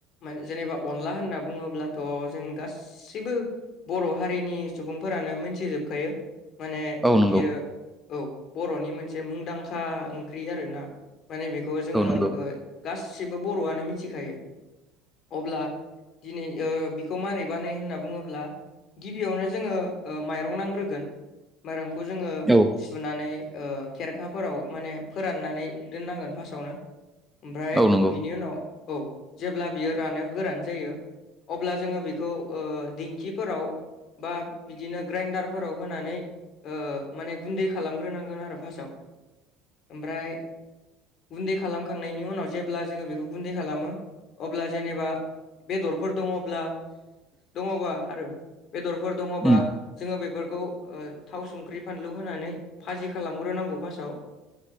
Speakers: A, on the left; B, in the centre.
A: मा जेनेबा अनला होनना बुङोब्लाथ' जों गास सिबो बर' हारिनि सुबुंफोरानो मोनथिजोबखायो माने
B: औ नंगौ
A: बियो औ बर'नि मोनसे मुंदांखा ओंख्रि आरोना माने बेखौ जोङो
B: औ नंगौ
A: ओ गासिबो बर'आनो मिथिखायो अब्ला दिनै ओ बिखौ मारै बाने होनना बुङोब्ला गिबियावनो जोङो ओ माइरं नांग्रोगोन माइरंखौ जोङो
B: औ
A: सुनानै ओ खेरखाफोराव माने फोराननानै दोननांगोन फास्टआवनो ओमफ्राय
B: औ नंगौ
A: बिनि उनाव औ जेब्ला बियो रानो गोरान जायो अब्ला जोङो बेखौ ओ दिंखिफोराव बा बिदिनो ग्राइन्डारफोराव होनानै ओ माने गुन्दै खालामग्रोनांगोन आरो फास्टआव ओमफ्राय गुन्दै खालामखांनायनि उनाव जेब्ला जोङो बेखौ गुन्दै खालामो अब्ला जेनेबा बेदरफोर दङब्ला दङबा आरो बेदरफोर दङबा
B: उम
A: जोङो बेफोरखौ ओ थाव संख्रि फानलु होनानै फाजि खालामग्रोनांगौ फार्स्टआव।